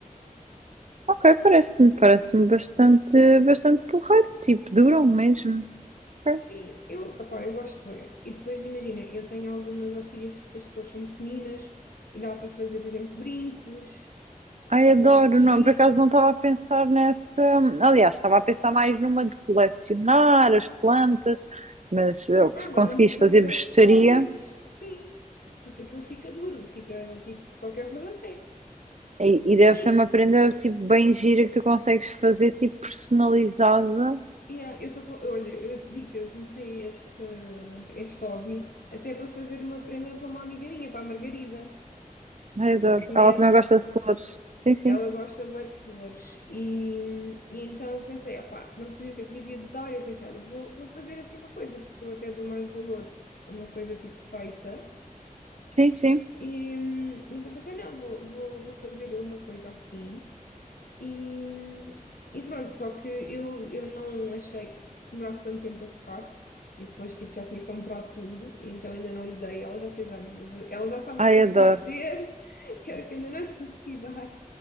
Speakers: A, on the right; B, on the left.
A: Ok, parece-me, parece-me bastante, bastante porreiro. Tipo, duram mesmo. Ok.
B: Sim, eu, opá, eu gosto bué. E depois imagina, eu tenho algumas orquídeas que as flores são pequeninas e dá para fazer, por exemplo, brincos, que
A: Ai,
B: fica
A: adoro.
B: muito giro.
A: Não, por acaso não estava a pensar nessa. Aliás, estava a pensar mais numa de colecionar as plantas, mas eh,
B: Não,
A: se conseguis
B: dá mesmo para fazer
A: fazer bestaria.
B: acessórios, sim, porque aquilo fica duro, fica tipo, só que é verdadeiro.
A: E, e deve
B: E
A: ser uma prenda tipo bem gira que tu consegues fazer tipo personalizada.
B: yeah, eu sou, co- olha, eu digo-te, eu comecei este, este hobby até para fazer uma prenda para uma amiga minha, para a Margarida,
A: Ai, adoro.
B: que tu conheces.
A: Ela também gosta de flores. Sim, sim.
B: Ela gosta bué de flores e, e então eu pensei, opá, não sabia o que é que lhe havia de dar, eu pensei, olha, vou, vou fazer assim uma coisa, porque eu até dou mais valor a uma coisa tipo feita.
A: Sim, sim.
B: E, hum, então pensei, não, vou, vou, vou fazer eu uma coisa assim. E, e pronto, só que eu, eu não achei que demorasse tanto tempo a secar. E depois, tipo, já tinha comprado tudo, e então ainda não lhe dei. Ela já fez anos, mas ela já sabe
A: Ai,
B: o que
A: adoro.
B: vai ser. <laughs> E eu é que ainda não lhe consegui dar,